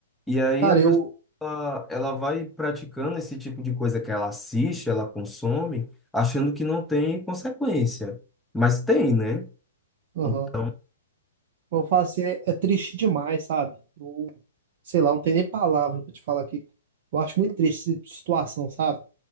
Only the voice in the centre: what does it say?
E aí
a pessoa,
ela vai praticando esse tipo de coisa que ela assiste, ela consome, achando que não tem consequência. Mas tem, né?
Então,